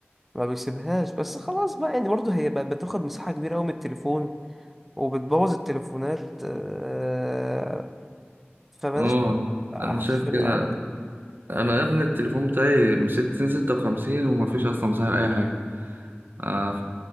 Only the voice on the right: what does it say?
اه
انا شايف
كده
انا يا ابني التليفون بتاعي من ستين ستة وخمسين وما فيش اصلا مساحة لأي حاجة آه